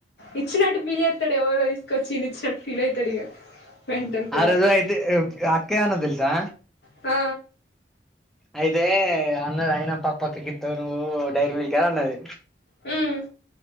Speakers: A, on the left; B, in the centre.
A: ఇచ్చినట్టు ఫిల్ చేతాడు ఎవరో తీసుకొచ్చి ఇయన ఇచ్చినట్టు ఫీల్ అయితాడు ఇగ మెంటల్ ఫెలో
B: ఆరోజైతే అ అక్క ఏం అన్నది తెల్సా
A: ఆ
B: అయితే అన్నది అయిన పప్పక్క కిత్తావు నువ్వు డైరీ మిల్క్ అని అన్నది
A: హ్మ్